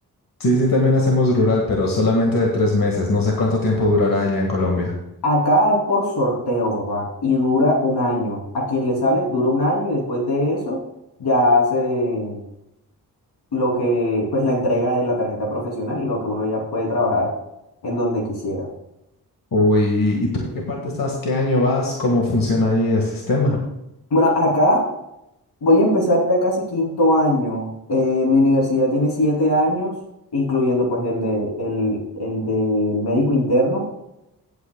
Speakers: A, on the left; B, on the left.
A: Sí, sí, también hacemos rural, pero solamente de tres meses. No sé cuánto tiempo durará allá en Colombia.
B: Acá es por sorteo, papá, y dura un año. A quien le sale, dura un año y después de eso ya hacen lo que, pues la entrega de la tarjeta profesional y lo que uno ya puede trabajar en donde quisiera.
A: Uy, ¿y tú en qué parte estás? ¿Qué año vas? ¿Cómo funciona ahí el sistema?
B: Bueno, acá voy a empezar ya casi quinto año. Eh, mi universidad tiene siete años, incluyendo pues el de, el, el del médico interno.